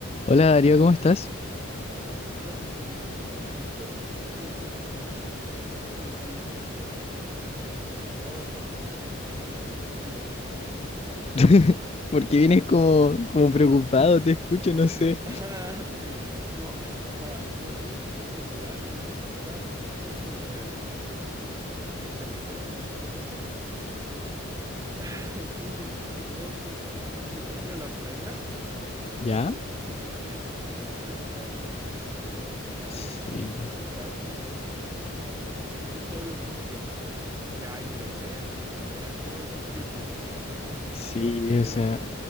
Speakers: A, on the left (about 30°); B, on the right (about 15°).
A: Hola Darío, ¿cómo estás?
B: Hola Víctor, hola Víctor, hola Víctor. <laughs> Sí, sí, sí. Estoy, estoy un poco ah, cansado, tal vez, y también un poquito pensativo. <laughs>
A: <laughs> Porque vienes como, como preocupado, te escucho, no
B: <clears throat>
A: sé.
B: Ah, No, ay, es que estaba, o sea, sí me puse a pensar. Lo que pasa es que estaba pensando sobre este, el océano y todo eso, o sea. <laughs> Estoy un poquito estresado porque me toca ir a la playa
A: ¿Ya?
B: y yo, yo siempre he tenido miedo al océano. Entonces, este,
A: Sí,
B: estaba pensando en eso porque, viste, todos los monstruos que hay en el océano y en general, todos esos críptidos se llaman, ¿no? Esas criaturas.
A: sí, o sea,